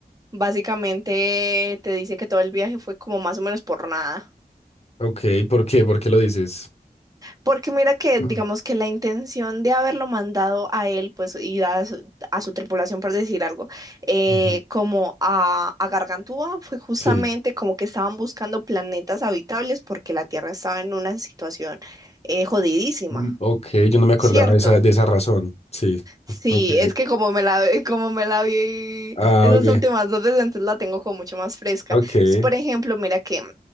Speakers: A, on the right; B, on the left.
A: básicamente te dice que todo el viaje fue como más o menos por nada.
B: Ok, ¿por qué? ¿Por qué lo dices?
A: Porque mira que,
B: Mm,
A: digamos que la intención de haberlo mandado a él, pues, y a su, a su tripulación, por decir algo, eh,
B: ujú.
A: como a, a Gargantúa, fue justamente
B: Sí.
A: como que estaban buscando planetas habitables porque la Tierra estaba en una situación eh, jodidísima,
B: Mm, Ok, yo no me acordaba
A: ¿cierto?
B: de esa, de esa razón. Sí.
A: Sí,
B: Ok.
A: es que como me la, <laughs> como me la vi
B: Ah,
A: esas
B: ok.
A: últimas dos veces, entonces la tengo como mucho más fresca.
B: Ok.
A: Entonces, por ejemplo, mira que, mm,